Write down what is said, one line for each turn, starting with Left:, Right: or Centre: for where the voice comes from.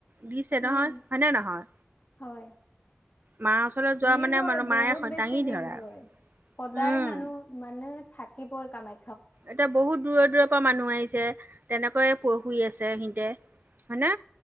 Right: দিছে নহয়,
Left: উম
Right: হয়নে নহয়?
Left: হয়
Right: মাৰ ওচৰলৈ যোৱা
Left: ভিৰ
Right: মানে
Left: হয়
Right: মায়ে
Left: বহুত বেছি
Right: দাঙি
Left: ভিৰ
Right: ধৰা।
Left: হয়। সদায়
Right: উম,
Left: মানুহ মানে থাকিবই কামা
Right: এতিয়া বহুত দূৰৰ-দূৰৰ পৰা মানুহ আহিছে, তেনেকৈয়ে প শুই আছে সিহঁতে, হয়নে?